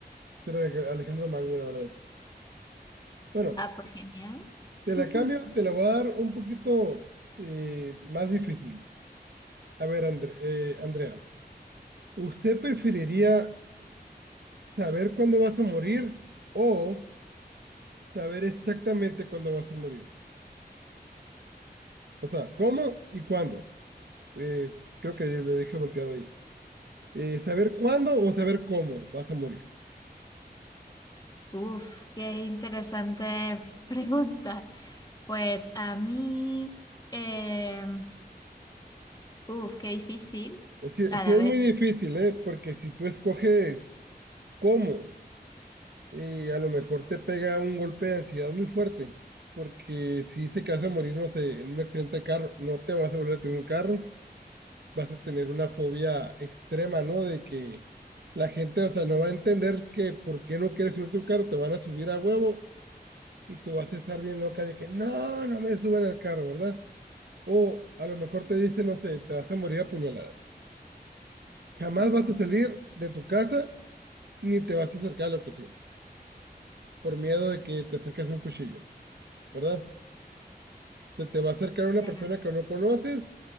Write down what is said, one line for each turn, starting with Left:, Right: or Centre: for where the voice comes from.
Right: ser de que- Alejandro Magno, la verdad. Bueno,
Left: Ah, pues genial.
Right: te la
Left: <laughs>
Right: cambio, te la voy a dar un poquito eh, más difícil. A ver, Andre- eh, Andrea, ¿usted preferiría saber cuándo vas a morir o saber exactamente cuándo vas a morir? O sea, ¿cómo y cuándo? Eh, creo que le dije volteado ahí. Eh, ¿saber cuándo o saber cómo vas a morir?
Left: Uf, qué interesante pregunta. Pues a mí, em, Uf, qué difícil
Right: Sí,
Left: a
Right: sí
Left: la
Right: es
Left: vez.
Right: muy difícil, ¿eh? Porque si tú escoges cómo eh, a lo mejor te pega un golpe de ansiedad muy fuerte, porque si se que vas a morir, no sé, en un accidente de carro, no te vas a volver a subir un carro, vas a tener una fobia extrema, ¿no? De que la gente, o sea, no va a entender que por qué no quieres subirte un carro, te van a subir a huevo y tú vas a estar bien loca de que no, no me suban al carro, ¿verdad? O a lo mejor te dicen, no sé, te vas a morir apuñalada. Jamás
Left: Ujú,
Right: vas a salir de tu casa ni te vas a acercar a la cocina, por miedo de que te acerques a un cuchillo. ¿verdad? Se te va a acercar una
Left: claro.
Right: persona que no conoces